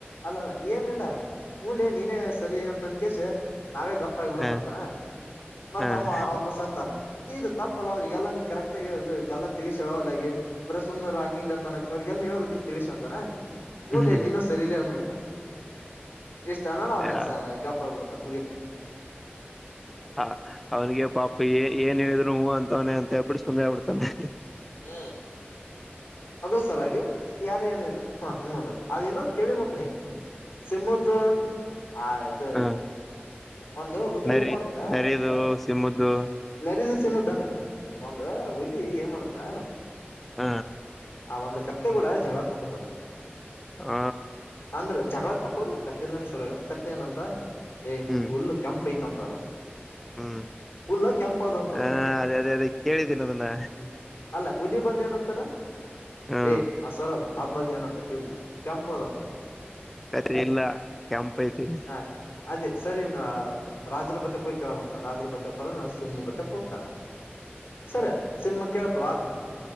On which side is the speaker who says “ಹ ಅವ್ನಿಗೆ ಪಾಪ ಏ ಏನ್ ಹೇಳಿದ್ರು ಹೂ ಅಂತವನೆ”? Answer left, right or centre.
Centre